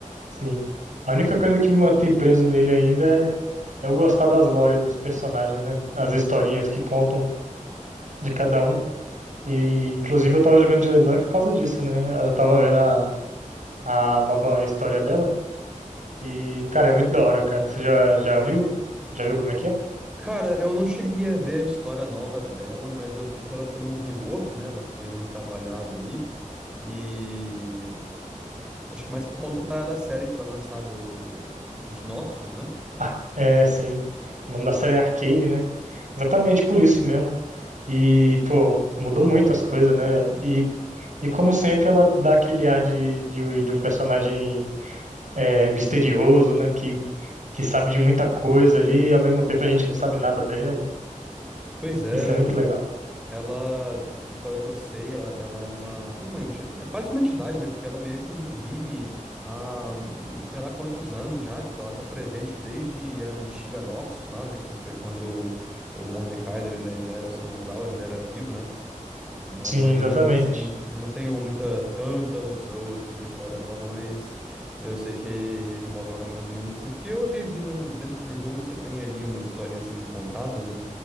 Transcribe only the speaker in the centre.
Cara, eu não cheguei a ver a história nova dela, mas eu vi que ela tomou rework, né? Ela foi retrabalhada ali. E acho que mais por conta da, da série que vai lançar do... de Noxus, né?
Pois é,
velho.
Ela, pelo que eu sei, ela, ela é uma. Não, uma entidade. É quase uma entidade, né? Porque ela meio que vive há hum, sei lá quantos anos já. Tipo, ela tá presente desde a antiga Noxus lá, né? Que foi quando o Mordekaiser ainda, ainda era, o São Sal ainda era vivo, né? É algo
mais
ou menos assim. Eu não tenho muita, tanta noção assim da história nova, mas eu sei que envolve algo mais ou menos assim, porque eu vi ali, né, no- dentro do jogo você tem ali umas historinhas sendo contadas, né,